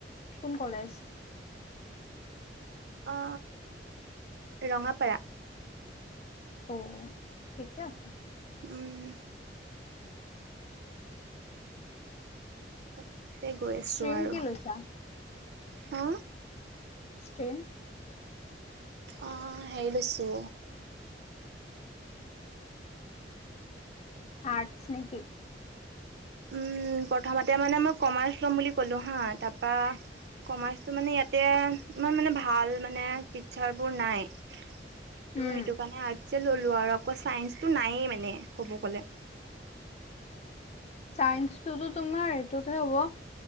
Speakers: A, on the left; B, on the right.
A: কোন কলেজ?
B: অ ৰঙাপাৰা।
A: অ' ঠিকে আছে।
B: উম তাতে গৈ আছোঁ
A: ষ্ট্ৰীম
B: আৰু।
A: কি লৈছা
B: হা?
A: ষ্ট্ৰ্ৰীম।
B: অ হেৰি লৈছো।
A: আৰ্টচ নেকি?
B: উম, প্ৰথমতে মানে মই কমাৰ্চ ল'ম বুলি ক'লো হা তাৰপা কমাৰ্চটো মানে ইয়াতে ইমান মানে ভাল মানে টিচাৰবোৰ নাই, ত'
A: উম
B: সেইটো কাৰণে আৰ্টচে ল'লোঁ আৰু আকৌ চাইনচ টো নাইয়ে মানে ক'ব গ'লে‌।
A: চাইন্সটোতো তোমাৰ এইটোতহে হ'ব।